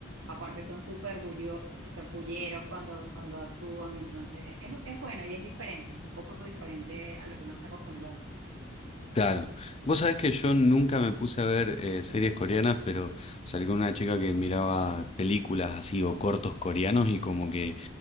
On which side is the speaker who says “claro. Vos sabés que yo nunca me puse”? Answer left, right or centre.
Left